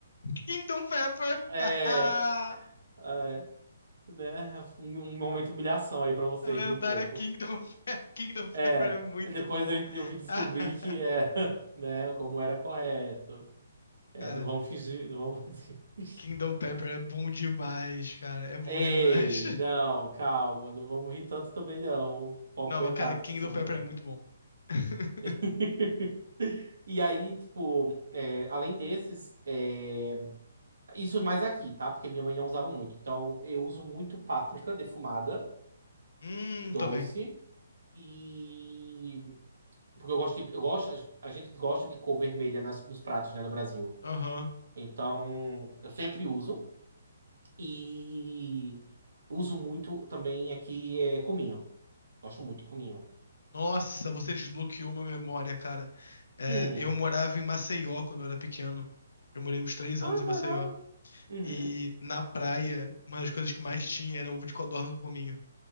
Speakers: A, on the left; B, on the right.
A: Kingdom Pepper!
B: É,
A: <laughs> A
B: é, né? Um um momento de humilhação aí pra você
A: lendária
B: rir um pouco.
A: Kingdom Pepper. <laughs> Kingdom
B: É,
A: Pepper é muito
B: depois
A: bom.
B: eu, eu vim descobrir
A: <laughs>
B: que é, <laughs> né, como era correto. É,
A: Cara,
B: não vamos fingir, não vamos. <laughs>
A: Kingdom Pepper é bom demais, cara. É bom
B: Ei,
A: demais. <laughs>
B: não, calma, não vamos rir tanto também não. Pobre
A: Não,
B: coitado
A: mas cara, Kingdom
B: que sou.
A: Pepper é muito bom. <laughs>
B: <laughs> E aí, tipo, é, além desses, é, Isso mais aqui, tá? Porque minha mãe não usava muito. Então, eu uso muito páprica defumada,
A: Hum,
B: doce.
A: também.
B: E porque eu gosto de, eu gosto, a gente gosta de cor vermelha nas, nos pratos, né, no Brasil.
A: Aham.
B: Então, eu sempre uso e uso muito também aqui é cominho. Gosto muito de cominho.
A: Nossa, você desbloqueou uma memória, cara. É,
B: Hum.
A: eu morava em Maceió quando eu era pequeno. Eu morei uns três
B: Ah,
A: anos em Maceió.
B: que legal. Uhum.
A: E na praia, uma das coisas que mais tinha era ovo de codorna com cominho.